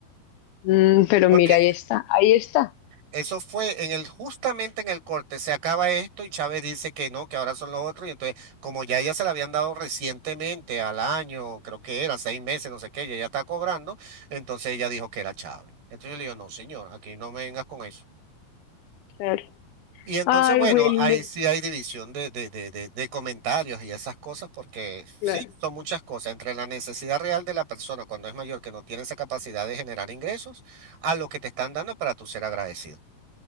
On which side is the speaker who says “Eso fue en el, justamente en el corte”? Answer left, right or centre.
Right